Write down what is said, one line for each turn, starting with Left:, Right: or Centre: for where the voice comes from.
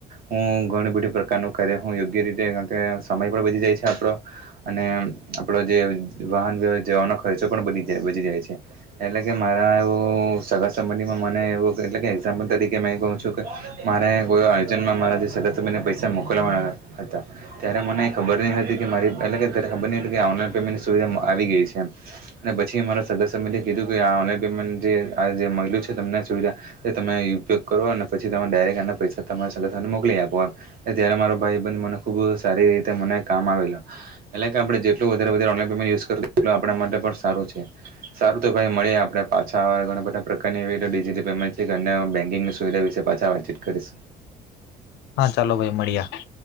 Right: હું ઘણી બધી પ્રકારનું કાર્ય હું યોગ્ય રીતે કારણ કે સમય પણ બચી જાય છે. આપણો અને આપણો જે વાહન વ્યવ જવાનો ખર્ચો પણ બચી બચી જાય છે એટલે કે મારા એવું સગા સંબંધીમાં મને એવું એટલે કે એક્ઝામ્પલ તરીકે મે કહું છું કે મારે કો અર્જન્ટમાં મારા જે સગા સંબંધીને પૈસા મોકલવાના હતા ત્યારે મને ખબર નહી હતી કે મારી એટલે કે ત્યારે ખબર ની એટલે કે ઓનલાઈન પેમેન્ટની સુવિધા આવી ગઈ છે એમ અને પછી મારા સગસબંધએ કીધું કે આ ઓનલાઈન પેમેન્ટ જે આ જે મયલુ છે તમને સુવિધા એ તમે ઉપયોગ કરો અને પછી તમે ડાયરેક્ટ આના પૈસા તમારા સગાસને મોકલી આપો એમ ત્યારે મારો ભાઈ બને મને ખૂબ સારી રીતે મને કામ આવેલા એટલે કે આપણે જેટલું વધારે વધારે ઓનલાઇન પેમેન્ટ યુઝ કરશુ તેટલુ આપણા માટે પણ સારું છે સારું તો ભાઈ મળયે પાછા ધણા બધા પ્રકારની એવી રીતે ડિજિટલ પેમેન્ટ છે કે અન્ય બેન્કિંગ સુવિધા વિસે પાછા વાતચીત કરીશ
Left: હા ચાલો ભાઈ મળીયા